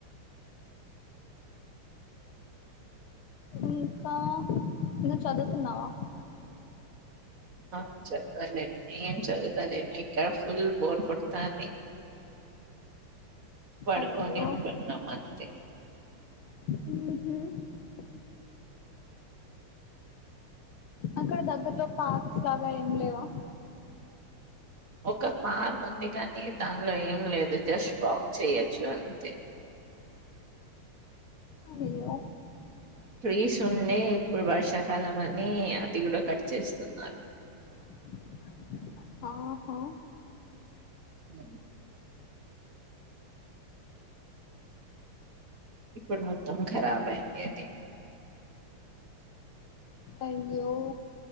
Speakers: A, on the left; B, on the right.
A: ఇంకా ఇంకా చదువుతున్నావా
B: ఆ చదువులే ఏం చదువుతాలే మీకా ఫుల్ బోర్ కొడుతోంది పడుకొని
A: అయ్యో
B: ఉంటున్నాం అంతే
A: ఉహు అక్కడ దగ్గర్లో పార్క్స్ లాగా ఏం లేవా
B: ఒక పార్క్ ఉంది కానీ దానిలో ఏం లేదు జస్ట్ వాక్ చేయొచ్చు అంతే
A: అయ్యో
B: ట్రీస్ ఉండే ఇప్పుడు వర్షాకాలం అని అతి కూడా కట్ చేస్తున్నారు
A: <inaudible> ఆహా
B: అ ఇప్పుడు మొత్తం కరాబ్ అయింది అది
A: అయ్యో